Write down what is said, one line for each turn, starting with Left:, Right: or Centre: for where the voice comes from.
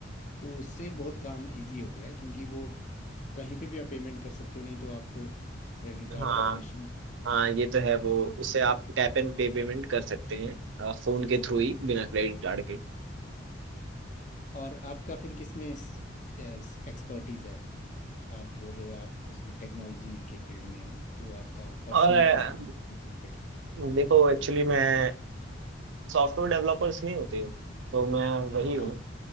Left: तो उससे बहुत काम इजी हो गया है, क्योंकि वो कहीं पे भी आप पेमेंट कर सकते हो नहीं तो आपको क्रेडिट कार्ड
Right: हाँ
Left: वाली मशीन
Right: हाँ ये तो है वो उससे आप टैप एंड पे पेमेंट कर सकते हैं आ, फोन के थ्रू ही बिना क्रेडिट कार्ड के
Left: और आपका फिर किसमें एक्सपर्टीज है आप बोल रहे हो आप उसमें टेक्नोलॉजी के फील्ड में हो तो आपका पर्सनल
Right: और अ,
Left: किसमें related है
Right: देखो एक्चुअली मैं सॉफ्टवेयर डेवलपर्स नहीं होते तो मैं वही
Left: हाँ
Right: हूँ